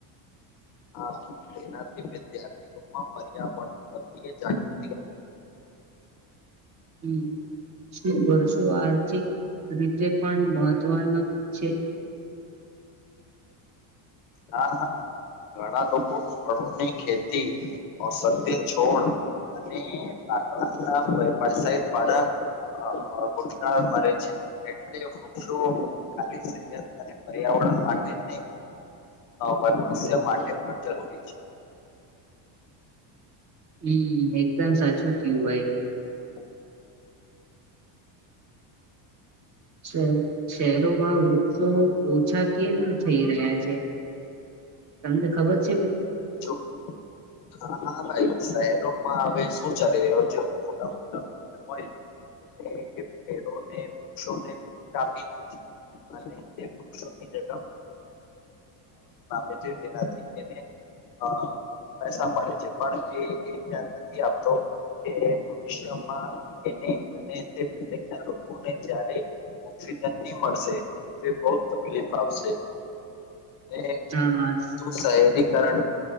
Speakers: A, on the left (about 45°); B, on the right (about 35°).
A: હા તેનાથી વિદ્યાર્થીઓમાં પર્યાવરણ પ્રત્યે જાગૃત
B: હમ શું વર્ષો આર્થિક રીતે પણ મહત્વના છે.
A: હા હા ઘણા લોકો ફળોની ખેતી ઔસધ્ય છોડ. અને લાકડા ના વેપાર સાહ દ્વારા રોજગાર મળે છે. એટલે વૃક્ષો ખાલી સહત અને પર્યાવરણ માટે જ નહી પણપસ્ય માટે પણ જરૂરી છે.
B: હમ એકદમ સાચું કયું ભાઈ
A: <inaudible>
B: છે. શહેરોમાં વૃક્ષો ઓછા કેમ થઈ રહ્યા છે તમને ખબર છે કે
A: જો હા હા ભાઈ શહેરોમાં હવે શું ચાલી રહ્યો છે. મોટા મોટા બિલ્ડર હોય ને એ પેડોને વૃક્ષોને કાપી દીધ અને તે વૃક્ષોની જ ર છે જેનાથી. અ પૈસા મળે છે પણ એ એક ધ્યાન નથી આપતો કે ભવિષ્યમાં એને અને તે <inaudible> જ ઓક્સિજન નહી મળશે બહ તકલીફ આપશે એ
B: હા
A: શહેરીકરણ